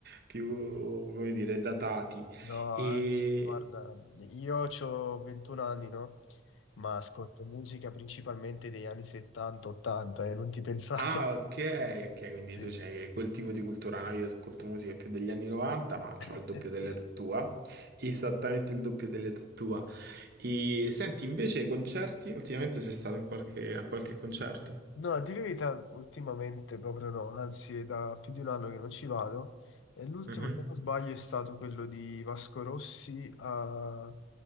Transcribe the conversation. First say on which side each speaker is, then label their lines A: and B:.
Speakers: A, on the right (about 50°); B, on the left (about 75°).
A: più, come dire, datati.
B: No,
A: E
B: anzi, guarda, io ho 21 anni, no? Ma ascolto musica principalmente degli anni 70-80, e non ti pensare.
A: Ah,
B: <laughs>
A: ok, ok, quindi
B: Sì.
A: tu c'hai
B: sì.
A: quel tipo di cultura, no? Io ascolto musica più degli anni 90, ma
B: <laughs>
A: ho il doppio dell'età tua, esattamente il doppio dell'età tua. E senti, invece, i concerti, ultimamente sei stato in qualche- a qualche concerto?
B: No, a dire la verità, ultimamente proprio no, anzi è da più di un anno che non ci vado. E l'ultimo,
A: Mhm.
B: se non sbaglio, è stato quello di Vasco Rossi a...